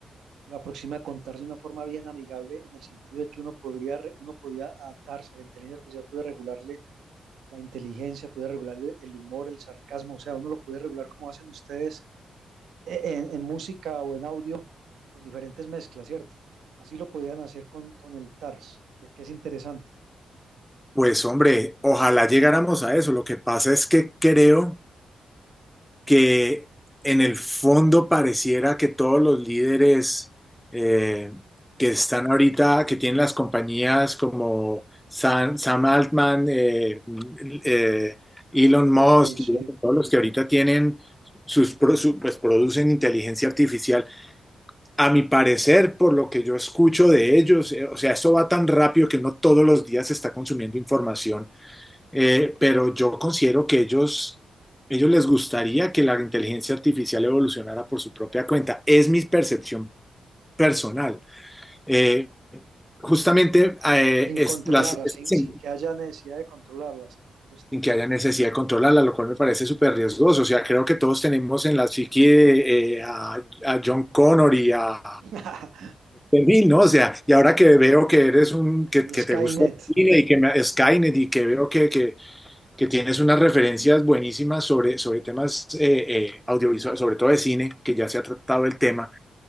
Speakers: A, on the right; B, in the centre.
A: lo aproxima a contar de una forma bien amigable, en el sentido de que uno podría, re- uno podía a TARS, a la inteligencia artificial, puede regularle la inteligencia, puede regular el humor, el sarcasmo, o sea, uno lo puede regular como hacen ustedes eh, en, en música o en audio con diferentes mezclas, ¿cierto? Así lo podían hacer con, con el TARS, es que es interesante.
B: pues hombre, ojalá llegáramos a eso. Lo que pasa es que creo que en el fondo pareciera que todos los líderes eh, que están ahorita, que tienen las compañías como Sam, Sam Altman, eh, eh, Elon
A: OpenAI,
B: Musk,
A: sí,
B: y bueno, todos los que ahorita tienen sus, pro- su- pues producen inteligencia artificial. A mi parecer, por lo que yo escucho de ellos, eh, o sea, eso va tan rápido que no todos los días se está consumiendo información eh, pero yo considero que ellos, ellos les gustaría que la inteligencia artificial evolucionara por su propia cuenta. Es mi percepción personal. Eh, justamente eh,
A: sin
B: es,
A: controlarla,
B: las, es
A: sin,
B: sin,
A: sin que haya necesidad de controlarla, se refiere usted.
B: sin que haya necesidad de controlarla, lo cual me parece súper riesgoso. O sea, creo que todos tenemos en la psique eh, a, a John Connor y a
A: <laughs>
B: Bill, ¿no? O sea, y ahora que veo que eres un, que, que
A: Y Skynet,
B: te gusta el cine y que me, Skynet y que veo que, que, que tienes unas referencias buenísimas sobre, sobre temas eh, eh, audiovisuales, sobre todo de cine, que ya se ha tratado el tema,